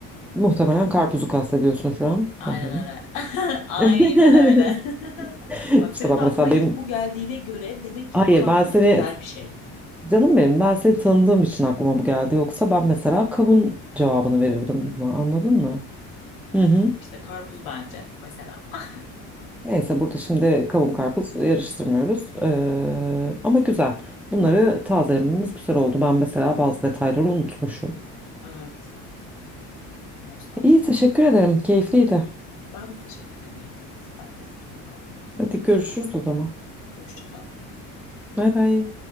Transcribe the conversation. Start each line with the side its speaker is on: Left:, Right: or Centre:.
Centre: Muhtemelen karpuzu kastediyorsun şu an
Left: Aynen
Centre: tahminim.
Left: öyle. <laughs> Aynen
Centre: <laughs>
Left: öyle. <laughs> Bak
Centre: İşte
Left: senin
Centre: bak
Left: de aklına
Centre: mesela
Left: ilk
Centre: benim
Left: bu geldiğine göre demek ki
Centre: hayır
Left: bu karpuz
Centre: ben seni
Left: güzel bir şey.
Centre: canım benim ben seni tanıdığım için aklıma bu geldi. Yoksa ben mesela kavun cevabını verirdim buna anladın
Left: Hmm.
Centre: mı? Hı hı.
Left: Yok işte karpuz bence mesela. <laughs>
Centre: Neyse burada şimdi kavun karpuz yarıştırmıyoruz. Ee, ama güzel. Bunları tazelememiz güzel oldu. Ben mesela bazı detayları unutmuşum.
Left: Evet, nostalji
Centre: İyi
Left: oldu.
Centre: teşekkür ederim. Keyifliydi.
Left: Ben de teşekkür ederim. Evet, ben de keyif aldım.
Centre: Hadi görüşürüz o zaman.
Left: Hoşça kal.
Centre: Bay bay.